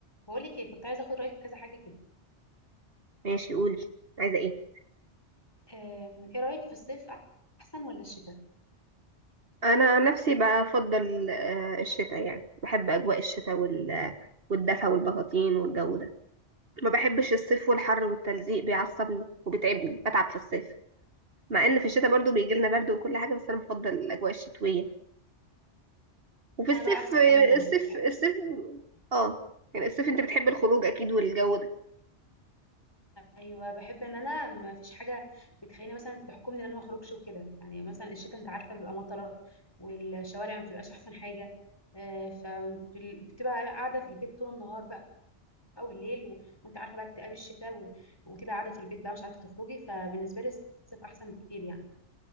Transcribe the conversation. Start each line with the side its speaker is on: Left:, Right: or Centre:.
Left: بقولك ايه كنت عايزه اخد رايك في كذا حاجه كده
Right: ماشي قولي عايزة ايه
Left: آم، ايه رايك في الصيف احسن ولا الشتاء
Right: انا عن نفسي بفضل آه، الشتاء يعني بحب اجواء الشتاء وال والدفا والبطاطين والجو ده ما بحبش الصيف والحر والتلزيق بيعصبني وبتعبني بتعب في الصيف مع ان في الشتاء برضو بيجي لنا برد وكل حاجة بس انا بفضل الاجواء الشتوية وفي
Left: انا
Right: الصيف
Left: بقى عكسك
Right: آه،
Left: تماما أنا
Right: الصيف
Left: بحب
Right: الصيف
Left: الص...
Right: اه يعني الصيف انت بتحب الخروج اكيد والجو ده
Left: ايوه بحب ان انا ما فيش حاجه بتخليني مثلا تحكمني ان انا ما اخرجش وكده يعني مثلا الشتاء انت عارفه بيبقى مطره والشوارع ما بتبقاش احسن حاجه فبتبقى قاعده في البيت طول النهار بقى او الليل و... وانت عارفه بقى اكتئاب الشتاء و... وتبقى قاعده في البيت بقى مش عارفه تخرجي فبالنسبه لي الصيف احسن بكتير يعني